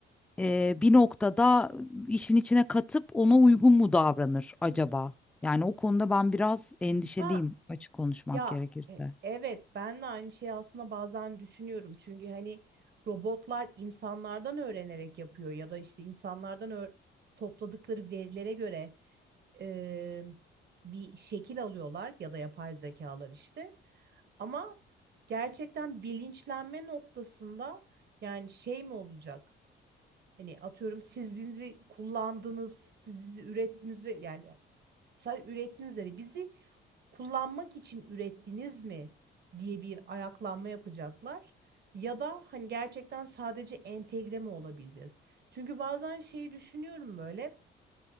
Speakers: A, in the centre; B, on the right.
A: e, bir noktada işin içine katıp ona uygun mu davranır acaba? Yani o konuda ben biraz endişeliyim
B: Ha
A: açık konuşmak
B: ya
A: gerekirse.
B: e, evet ben de aynı şeyi aslında bazen düşünüyorum. Çünkü hani robotlar insanlardan öğrenerek yapıyor ya da işte insanlardan öğ- topladıkları verilere göre e, bir şekil alıyorlar ya da yapay zekalar işte. Ama gerçekten bilinçlenme noktasında yani şey mi olacak? Hani atıyorum siz bizi kullandınız, siz bizi ürettiniz ve yani Sadece ürettiğinizleri Bizi kullanmak için ürettiniz mi diye bir ayaklanma yapacaklar. Ya da hani gerçekten sadece entegre mi olabileceğiz? Çünkü bazen şeyi düşünüyorum böyle.